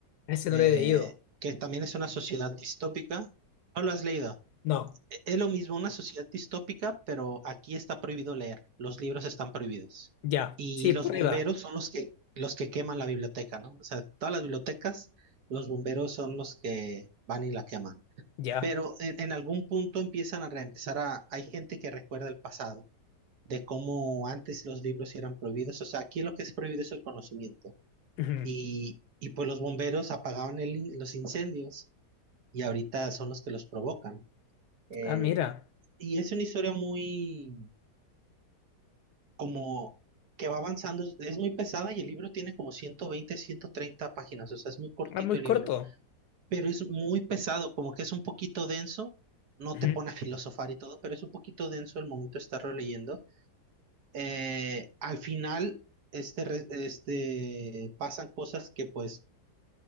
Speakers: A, on the left (about 70°); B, on the right (about 65°).
A: Ese
B: eh,
A: no lo he leído.
B: que también es una sociedad distópica. ¿No lo has leído?
A: No,
B: Es lo mismo, una sociedad distópica, pero aquí está prohibido leer, los libros están prohibidos.
A: ya,
B: Y
A: sí,
B: los
A: prueba,
B: bomberos son los que, los que queman la biblioteca, ¿no? O sea, todas las bibliotecas, los bomberos son los que van y la queman.
A: ya.
B: Pero en, en algún punto empiezan a reempezar a, hay gente que recuerda el pasado, de cómo antes los libros eran prohibidos. O sea, aquí lo que es prohibido es el conocimiento.
A: Ujú.
B: Y, y pues los bomberos apagaban el in- los incendios y ahorita son los que los provocan. Eh,
A: Ah, mira.
B: y es una historia muy como que va avanzando, es muy pesada y el libro tiene como ciento veinte ciento treinta páginas, o sea, es muy cortito
A: Ah, muy
B: el
A: corto.
B: libro, pero es muy pesado, como que es un poquito denso, no
A: Ujú.
B: te pone a filosofar y todo, pero es un poquito denso el momento de estarlo leyendo. Eh, al final, este, re- este, pasan cosas que pues,